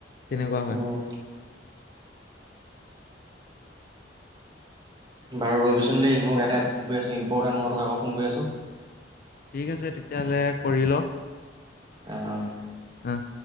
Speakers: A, on the left; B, on the right.
A: তেনেকুৱা হয়।
B: উম, বাৰু ৰবিচোন দেই মোক এটাই ফোন কৰি আছে ইম্পৰ্টেনট মই তোক আকৌ ফোন কৰি আছোঁ।
A: ঠিক আছে তেতিয়াহ'লে কৰি ল।
B: অ'।
A: আহ।